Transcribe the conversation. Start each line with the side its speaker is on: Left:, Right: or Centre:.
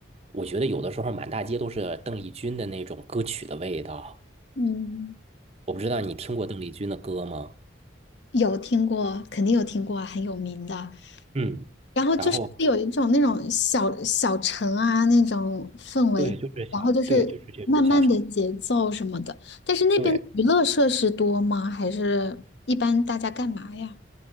Right: 我觉得有的时候满大街都是邓丽君的那种歌曲的味道。
Left: 嗯，
Right: 我不知道你听过邓丽君的歌吗？
Left: 有听过，肯定有听过啊很有名的。
Right: 嗯，
Left: 然后就是会有一种那种小小城啊那种氛围，
Right: 然后对，就是小，
Left: 然后就是慢慢的节奏什么的。
Right: 对，就是这种小城。
Left: 但是那边娱乐设施多吗？
Right: 对。
Left: 还是一般大家干嘛呀？